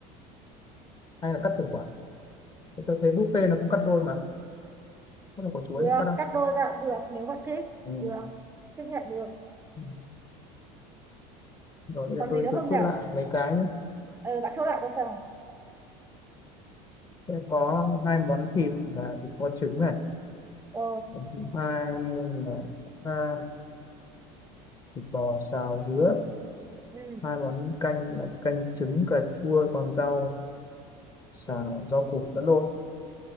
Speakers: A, on the left; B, on the right.
A: hay là cắt từng quả tôi thấy buffet nó cũng cắt đôi mà có là quả chuối
B: được
A: có cắt đâu
B: cắt đôi ra được nếu bạn thích
A: ừ.
B: được chấp nhận được
A: ừ. rồi bây
B: còn
A: giờ tôi
B: gì nữa
A: tôi
B: không nhỉ
A: chốt lại mấy cái nhé
B: ờ, bạn chốt lại tôi xem nào
A: sẽ có hai món thịt là thịt kho trứng này
B: ờ,
A: món thứ hai là à, thịt bò xào dứa
B: ừ.
A: hai món canh là canh trứng cà chua còn rau xào rau củ lẫn lộn